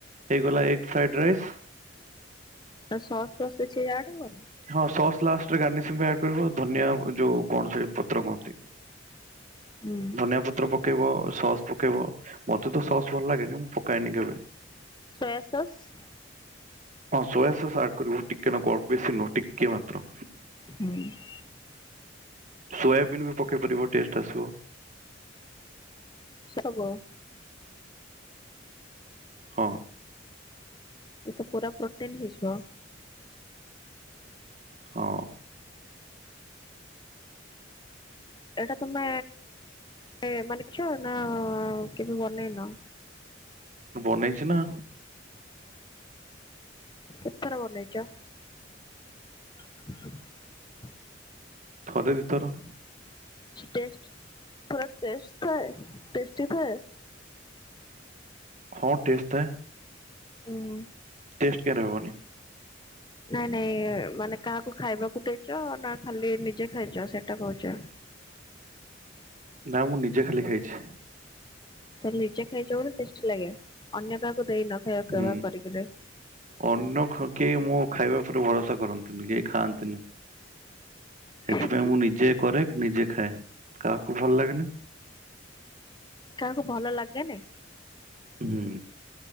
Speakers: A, on the right; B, on the left.
A: ହେଇଗଲା ଏଗ୍ ଫ୍ରାଇଡ୍ ରାଇସ୍।
B: ଆଉ ଶସ୍ ଫସ୍ କିଛି ଆଣୁ।
A: ହଁ ସସ୍ ଲାଷ୍ଟ୍ରେ ଗାନେସିନ୍ ବାହାର କରିବ ଧନିଆ ଯୋଉ କଣ ସେ ପତ୍ର କହନ୍ତି?
B: ହୁଁ।
A: ଧନିଆ ପତ୍ର ପକେଇବ ସସ୍ ପକେଇବ ମତେ ତ ସସ୍ ଭଲ୍ ଲାଗେନି। ପକାଇନି କେବେ।
B: Soya sauce.
A: ହଁ ସୋୟା ସସ୍ ଆଗୁରୁ ଟିକେ ନାକୁ ଅଳ୍ପେ ବେଶୀ ନୁହେଁ। ଟିକେ ମାତ୍ର।
B: ହୁଁ।
A: ସୋୟାବିନ୍ ବି ପକେଇ ପାରିବ ଟେଷ୍ଟେ ଆସିବ।
B: ସେ ସବୁ ହବ।
A: ହଁ।
B: ଏତ ପୁରା ପ୍ରୋଟିନ୍ ହେଇଯିବ।
A: ହଁ।
B: ଏଇଟା ତୁମେ ଏ ମାନିଚ ନା ଅଁ କିନ୍ତୁ ବନେଇନ?
A: ବନେଇଚୁ ନା।
B: କେଥର ବନେଇଚ? <unintelligible>
A: ଥରେ ଦି ଥର।
B: ଟେଷ୍ଟ୍ ପୁରା ଟେଷ୍ଟ୍ ଥାଏ ଟେଷ୍ଟି ଥାଏ?
A: ହଁ ଟେଷ୍ଟ୍ ଥାଏ।
B: ଉଁ ହୁଁ।
A: ସ୍କାନ ହେବନି।
B: ନାଇଁ ନାଇଁ ମାନେ କାହାକୁ ଖାଇବାକୁ ଦେଇଛ ନା ଖାଲି ନିଜେ ଖାଇଛ ସେଇଟା କହୁଛି।
A: ନା ମୁଁ ନିଜେ ଖାଲି ଖାଇଛି।
B: ଖାଲି ନିଜେ ଖାଇଛ ବୋଲି ଟେଷ୍ଟି ଲାଗେ ଅନ୍ୟ କାହାକୁ ଦେଇନ। ଖାଇବାକୁ ବ୍ୟବହାର
A: ହୁଁ।
B: କରିକିରି?
A: ଅନ୍ୟ ଖ କେହି ମୋ ଖାଇବା ଉପରେ ଭରସା କରନ୍ତିନି କେହି ଖାଆନ୍ତିନି। ସେଥିପାଇଁ
B: କାହିଁକି
A: ମୁଁ ନିଜେ କରେ ନିଜେ ଖାଏ କାହାକୁ ଭଲ ଲାଗେନି।
B: କାହାକୁ ଭଲ ଲାଗେନି?
A: ହୁଁ।